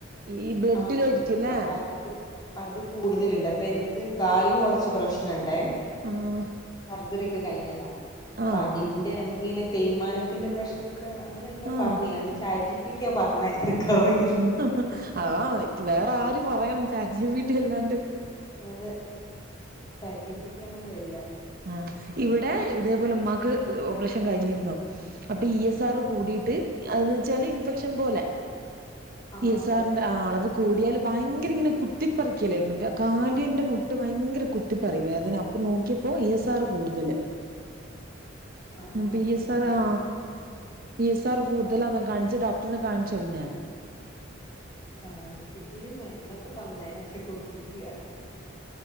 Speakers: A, on the right (about 45°); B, on the left (about 20°).
A: ഈ ബ്ലഡിലായിരിക്കുംല്ലേ
B: ആഹ് തോന്നുന്നു അപ്പൊ അത് അത് കൂടുതല്ണ്ട് അപ്പൊ എനിക്ക് കാലിന് കുറച്ച് പ്രശ്നണ്ടേ
A: ആഹ്
B: വർക്കേ കഴിഞ്ഞതാ
A: ആഹ്
B: പതിന്റെ നമുക്ക ഇങ്ങനെ തേയ്മാനത്തിന്റെ പ്രശ് എന്നൊക്കെ അങ്ങനെ എന്തോ
A: ആഹ്
B: പറാഞ്ഞി അത് ചാറ്റ്ജിപീട്ടിയാ പറഞ്ഞേ എനക്കറിയിൽ
A: ഹ ഹ അമതി വേറെ ആര് പറയണം ചാറ്റ് ജിപിട്ടിയല്ലാണ്ട്
B: അതെ ചാണ്ടിപ്പിട്ടിയാണല്ലോ എല്ലാം
A: ആഹ് ഇവിടെ ഇതേപോലെ ഉമ്മാക്ക് ഓപറേഷൻ കഴിഞ്ഞിരുന്നു അപ്പ ഇ എസ് ആർ കൂടീട്ട് അഹ് ന്നെച്ചാല് ഇൻഫെക്ഷൻ പോലെ
B: ആ
A: ഈ എസ്
B: അതെ
A: ആറിന്റെ ആ അളബ് കൂടിയാല് ഭയങ്കര ഇങ്ങന കുത്തിപ്പറിക്കലായിരുന്നു കാലിൻ്റെ മുട്ട് ഭയങ്കര കുത്തിപ്പറി വേദന അപ്പം നോക്കി ഓ ഇ എസ് ആർ കൂടുതല്
B: ആ
A: ന്പ്പൊ
B: അത്
A: ഇ
B: ഭയങ്കര
A: എസ് ആർ ആ
B: ബുദ്ധിമു
A: ഇ എസ് ആർ കൂടുതലാന്നാ കാണിച്ച് ഡോക്ടറിനെ കാണിച്ചോ പിന്നെ?
B: കാണിച്ചിട്ട് മര്ന്നൊക്കെ തന്നേ പഷെ കുട്‌ച്ചിട്ടില്ല ഹ്